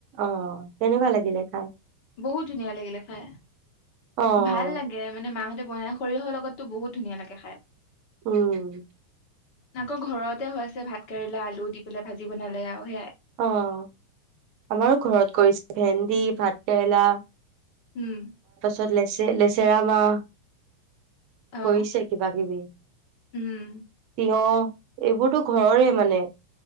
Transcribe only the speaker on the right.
অহ ', কেনেকুৱা লাগিলে খাই।
অ',
উম,
অহ ', আমাৰো ঘৰত কৰিছে ভেন্দি ভাতকেৰেলা।
তাৰপিছত লে লেচেৰা মাহ।
কৰিছে কিবা কিবি
তিয়হ। এইবোৰতো ঘৰৰে মানে।